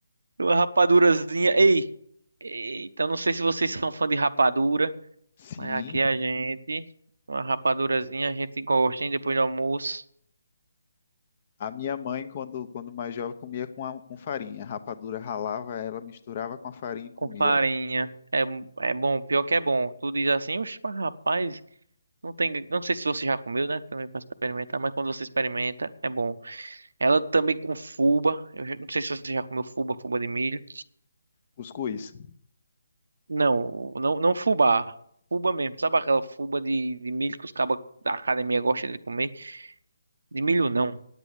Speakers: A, on the right; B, on the left.
A: Uma rapadurazinha. Ei! então não sei se vocês são fã de rapadura,
B: Sim,
A: mas aqui a gente. Uma rapadurazinha a gente gosta, hein? Depois do almoço.
B: a minha mãe, quando, quando mais jovem, comia com, a- com farinha. Rapadura ralava ela, misturava com a farinha e comia
A: Com farinha. É, é bom, pior que é bom. Tu diz assim, oxe, mas rapaz, não tem. Não sei se você já comeu, né? Também pra experimentar, mas quando você experimenta, é bom. Ela também com fuba. Eu já- não sei se você já comeu fuba, fuba de milho.
B: cuscuz.
A: Não, não, não fubá. Fubá mesmo. Sabe aquela fuba de, de milho que os cabas da academia gostam de comer? De milho não.